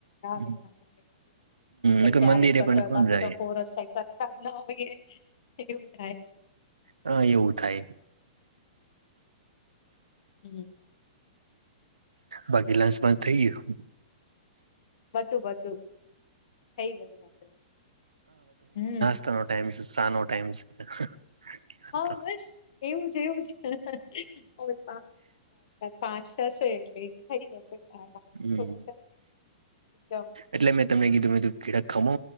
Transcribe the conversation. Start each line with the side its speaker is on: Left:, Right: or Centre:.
Right: હમ
Left: <unintelligible> બસ
Right: નકર
Left: ત્યારે
Right: મંદિરે
Left: જ કરતો
Right: પણ
Left: હોય
Right: કોણ
Left: બાકી
Right: જાય
Left: તો કોરસ થાય સાધના માં હોઈએ એવું થાય
Right: હ એવું થાય
Left: હમ
Right: બાકી લંચમાં થઇ ગયો
Left: બધું બધું થઈ ગયું આપડે હમ
Right: નો ટાઈમ છે શા નો ટાઈમ છે
Left: હા
Right: તો.
Left: બસ એવું જ એવું જ પાંચલ પાંચ જશે એટલે એ થઈ જશે કાર
Right: હમ
Left: થોડુંકાઈક એકદમ
Right: એટલે મેં તમને કીધું મે કીધું કેડા ખમો